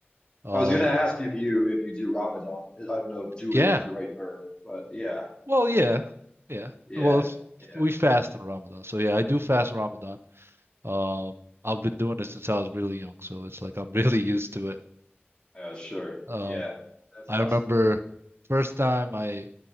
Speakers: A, on the right; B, on the left.
A: um
B: I was gonna ask if you if you do Ramadan. I don't know if doing
A: yeah
B: is the right verb, but yeah,
A: Well, yeah, yeah.
B: yeah,
A: Well, it's-
B: yeah.
A: we fast in Ramadan, so yeah, I do fast in Ramadan. Um, I've been doing it since I was really young, so it's like I'm <laughs> really used to it.
B: Oh, sure.
A: Um,
B: Yeah. That's
A: I
B: awesome.
A: remember first time I